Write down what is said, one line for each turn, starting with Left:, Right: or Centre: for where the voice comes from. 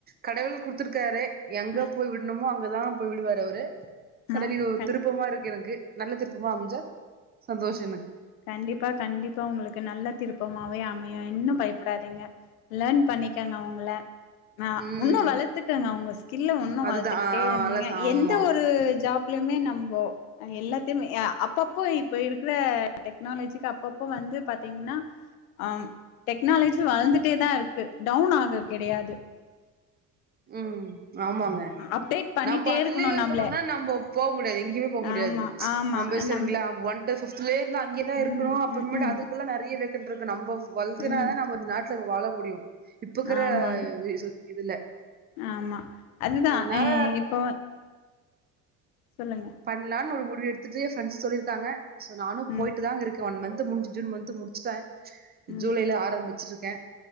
Right: கடவுள் குடுத்துருக்காரு எங்க
Left: ஆ
Right: போய் விட்ணுமோ அங்கதா போய் விடுவாரு அவரு கடலிது
Left: ஆ கண்டி
Right: திருப்பமா இருக்கு எனக்கு நல்ல திருப்பமா அமைஞ்சா சந்தோஷோ எனக்கு
Left: கண்டிப்பா கண்டிப்பா உங்ளுக்கு நல்ல திருப்பமாவே அமையு இன்னும் பயப் டாதீங்க லேர்ன் பண்ணிக்கங்க அவங்கள னா
Right: ம்
Left: உன்னு வளர்த்துக்கங்க உங்க ஸ்கில்ல உன்னு
Right: அதுதா
Left: வளர்த்துக்கிட்டே
Right: ஆ
Left: இருந்தீங்க
Right: ஆ ஆமா
Left: எந்த ஒரு ஜாப் லியுமே நம்போ எல்லாத்திமே அப்பப்போ இப்ப இருக்குற டெக்னாலஜிக்கு அப்பப்போ வந்து பாத்தீங்னா ஆம் டெக்னாலஜி வளர்ந்துட்டே தான் இருக்கு டவுன் ஆக கெடையாது
Right: ம் ஆமாங்க
Left: அப்டேட் பண்ணிட்டே
Right: நம்ம அதுலயே
Left: இருக்கணு
Right: இருந்தமானா
Left: நம்ள
Right: நம்போ போ முடியாது எங்கிமே போ முடியாது
Left: ஆமா ஆமா
Right: நம்ப சரிங்களா
Left: நம்
Right: ஒன் டு பிப்துலேந்தா அங்கியே தா
Left: ம்
Right: இருக்கனோ அப்ரமேட்டு
Left: ம் ம்
Right: அதுக்குல்லா நெறைய வேகண்ட் இருக்கு நம்போ வள்துனாதா
Left: ம்
Right: நம்ம நாட்டுல வாழ முடியு இப்பக்கிற
Left: ஆமாம்
Right: வீசு இதுல
Left: ஆமா அதுதா
Right: அதனால
Left: ஹ இப்போ சொல்லுங்க
Right: பண்லானு ஒரு முடிவு எடுத்துட்டு எ ஃப்ரெண்டஸ் சொல்லிருக்காங்க சோ நானு
Left: ம்
Right: போயிட்டு தா இருக் கே ஒன் மன்த்து முடிஞ்சு ஜூன் மன்த்து முடிச்சிட்டே
Left: ம்
Right: ஜூலைல ஆரம்பிச்சிட்ருக்கே